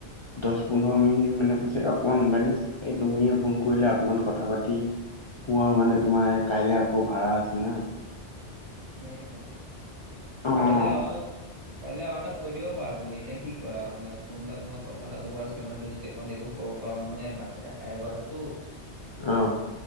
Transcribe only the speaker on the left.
দহ পোন্ধৰ মিনিট মানৰ পিছত অকমান মোবাইল এই তুমিয়ে ফোন কৰিলে অকমান কথা পাতি তি শুমানে তোমাৰ কাইলে আকৌ ভাড়া আছে না।
অ',
অ